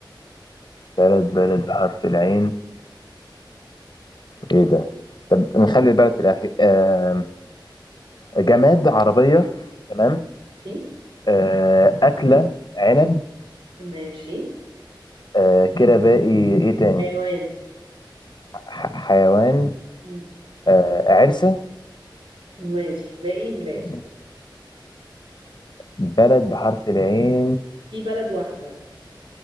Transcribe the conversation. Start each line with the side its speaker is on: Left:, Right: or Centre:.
Left: بلد بلد بحرف العين ايه ده طب نخلي البلد في الاخر أم... جماد عربيه تمام
Right: ماشي
Left: أه... اكله عنب
Right: ماشي
Left: أه... كده باقي ايه تاني
Right: حيوان
Left: ح... حيوان
Right: مم.
Left: أه... عرسه
Right: ماشي باقي بلاد
Left: عرسة. بلد بحرف العين
Right: في بلد واحدة